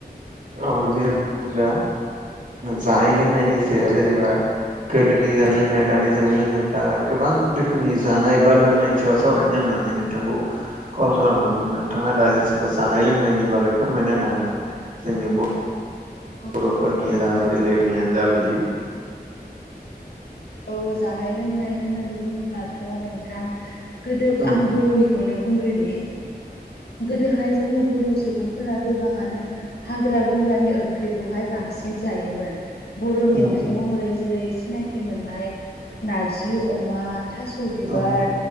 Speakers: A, on the right; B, on the left.
A: औ जेने <unintelligible> दा जानाय लोंनायनि सायाव जेनेबा गोदोनि जानाय लोंनाय दानाय जानाय लोंनायफ्रा गोबां रोखोमनि जानाय बा लोंनायनि सायाव सावरायनाय होननानै नों थांखौ कल खालामदोंमोन नोंथाङा दा जानाय लोंनायनि बागै फोरमायना होनो हागोन ना जोंनि
B: औ
A: बर'फोरनियानो जा बेलेकनियानो जा बिदि
B: औ जानाय लोंनाय होननानै बुङोब्लाथ' नोंथां गोदो
A: औ
B: आं बर'नि खौनो बुंग्रोनि गोदोहाय जोंनि बर' सुबुंफोरा गोबाङानो हाग्रा बंग्रानि ओंख्रिखौहाय बांसिन जायोमोन बर'नि
A: औ
B: ओंख्रि महरै जेरै सिनायथि मोननाय नारजि अमा थास' बिबार
A: औ औ